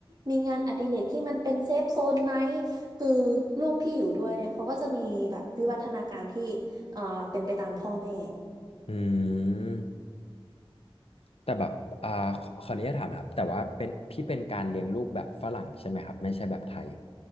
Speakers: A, on the right (about 45°); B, on the left (about 85°).
A: มีงานอดิเรกที่มันเป็นเซฟโซนไหมคือลูกที่อยู่ด้วยเนี่ยเขาก็จะมีแบบวิวัฒนาการที่เอ่อเป็นไปตามพ่อแม่
B: อืมแต่แบบอ่าขอขออนุญาตถามนะครับแต่ว่าเป็นพี่เป็นการเลี้ยงลูกแบบฝรั่งใช่ไหมครับไม่ใช่แบบไทย